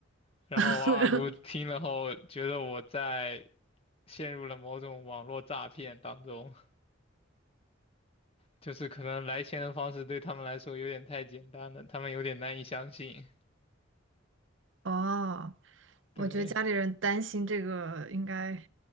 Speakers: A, on the left; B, on the right.
A: 然后我二姑听了后觉得我在
B: <laughs>
A: 陷入了某种网络诈骗当中，就是可能来钱的方式对他们来说有点太简单了，他们有点难以相信。
B: 哦，我觉得家里人担心这个应该
A: 对